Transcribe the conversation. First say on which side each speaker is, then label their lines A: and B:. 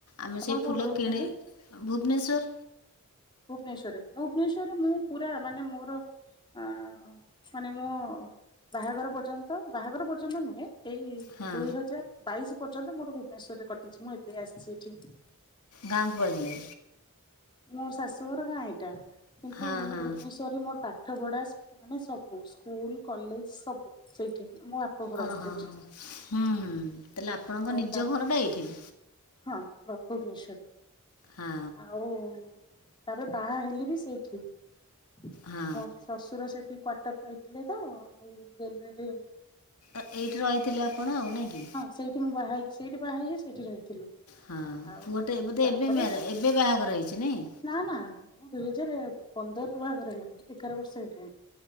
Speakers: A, on the left; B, on the left.
A: ଆମେ
B: ଆପଣ
A: ସେଇ
B: କୋଉଠି
A: ଫୁଲ
B: ରହୁଛନ୍ତି
A: କିଣି ଭୁବନେଶ୍ ସ୍ଵର
B: ଭୁବନେଶ୍ଵରରେ ଭୁବନେଶ୍ଵରରେ ମୁଁ ପୁରା ମାନେ ମୋର ଅ ମାନେ ମୋ ମୁଁ ବାହାଘର ପର୍ଯ୍ୟନ୍ତ ବାହାଘର ପର୍ଯ୍ୟନ୍ତ ନୁହେଁ ଏଇ
A: ହଁ
B: ଦୁଇ ହଜାର ବାଇଶ ପର୍ଯ୍ୟନ୍ତ ମୋର ଭୁବନେଶ୍ଵରରେ କଟିଛି। ମୁଁ ଏବେ ଆସିଛି ଏଠିକି।
A: ଗାଁ ଗହଳି ରେ
B: ମସ୍ ଶାଶୁ ଘର ଗାଁ ଏଇଟା କିନ୍ତୁ
A: ହଁ
B: ମୁଁ
A: ହଁ
B: ଭୁବନେଶ୍ଵରରେ ମୋର ପାଠ ପଢା ମାନେ ସବୁ ସ୍କୁଲ କଲେଜ ସବୁ ସେଇଠି। ମୋ ବାପ ଘର
A: ଓ
B: ସେଇଠି
A: ହୋ ହ ହୁଁ ହୁଁ ତାହଲେ ଆପ ଆପଣଙ୍କ
B: ଆଉ
A: ନିଜ
B: ତାପରେ
A: ଘରଟା ଏଇଠି?
B: ହଁ ବା ଭୁବନେଶ୍ୱର
A: ହଁ
B: ଆଉ। ତାପରେ ବାହା ହେଲେ ବି ସେଇଠି ଆ
A: ହଁ
B: ମୋ ଶ୍ୱଶୁର ସେଠି କ୍ଵାଟର ପାଇଥିଲେ ତ ଏଇ ରେଲୱେ ରେ
A: ଏଇଠି ରହିଥିଲେ ଆପଣ ଆଉ ନାଇଁ କି
B: ହଁ ସେଇଠି ମୁଁ ବାହା ହେଇକି ସେଠି ବାହା ହେଇକି ସେଇଠି ରହିଥିଲି।
A: ହଁ
B: ଆଉ
A: ପୁଅ ଟା ବୋଧେ
B: ତାପରେ
A: ଏବେ ଏବେ ବାହାଘର ହେଇଛି ନାଇଁ?
B: ନା ନା ମୁଁ ଦୁଇ ହଜାର ପନ୍ଦର ରୁ ବାହାଘର ହେଲାଣି ଏଗାର ବର୍ଷ ହେଇଗଲାଣି